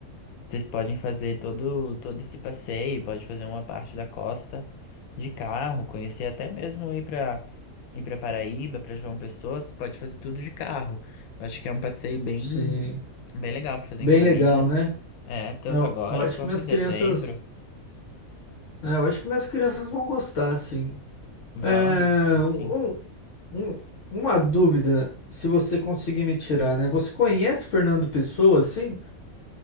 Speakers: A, on the left; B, on the left.
A: Vocês podem fazer todo, todo esse passeio, pode fazer uma parte da costa de carro, conhecer até mesmo ir para ir para Paraíba, para João Pessoa, vocês podem fazer tudo de carro. Eu Acho que é um passeio bem
B: sim.
A: bem legal para fazer
B: Bem
A: em família.
B: legal, né?
A: É, tanto
B: Eu,
A: agora
B: eu acho
A: quanto
B: que minhas
A: em dezembro.
B: crianças, é, eu acho que minhas crianças vão gostar, sim.
A: Vão,
B: Ah,
A: vão
B: um-
A: sim.
B: um- uma dúvida, se você conseguir me tirar, né? Você conhece Fernando Pessoa, sim?